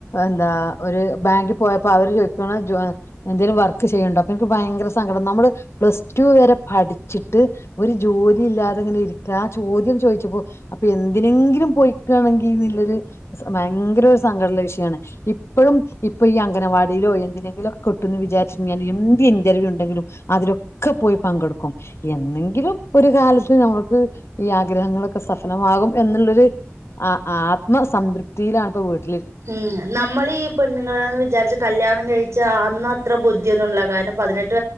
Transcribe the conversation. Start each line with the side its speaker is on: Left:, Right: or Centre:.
Left: എന്താ ഒരു ബാങ്കിൽ പോയപ്പോ അവര് ചോദിക്കണ എന്തേലും വർക്ക് ചെയ്യുന്നുണ്ടോ അപ്പൊ എനിക്ക് ഭയങ്കര സങ്കടം നമ്മള് പ്ലസ് ടു വരെ പഠിച്ചിട്ട് ഒരു ജോലി ഇല്ലാതെ ഇങ്ങനെ ഇരിക്ക ആ ചോദ്യം ചോദിച്ചപ്പോ അപ്പൊ എന്ത് ഇതിനെങ്കിലും പോയിയ്ക്കുകയാണെങ്കിൽ നല്ലൊരു ഭയങ്കര ഒരു സങ്കടള്ള വിഷയമാണ് ഇപ്പോഴും ഇപ്പൊ ഈ അംഗനവാടിയിലോ എന്തിനെങ്കിലൊക്കെ കിട്ട എന്ന് വിചാരിച്ചി ഞ്ഞാ എന്ത് ഇന്റർവ്യൂ ഉണ്ടെങ്കിലും അതിലൊക്കെ പോയി പങ്കെടുക്കും എന്നെങ്കിലും ഒരു കാലത്ത് നമ്മൾക്ക് ഈ ആഗ്രഹങ്ങളൊക്കെ സഫലമാകും എന്നുള്ളരു ആത്മസംതൃപ്തിയിലാണ്പ്പോ വീട്
Right: ഉം നമ്മളീ പെണ്ണുങ്ങളൾന്ന് വിചാരിച്ച കല്യാണം കഴിച്ചാൽ അന്ന അത്ര ബുദ്ധിയൊന്നും ഇല്ല കാരണം പതിനെട്ട്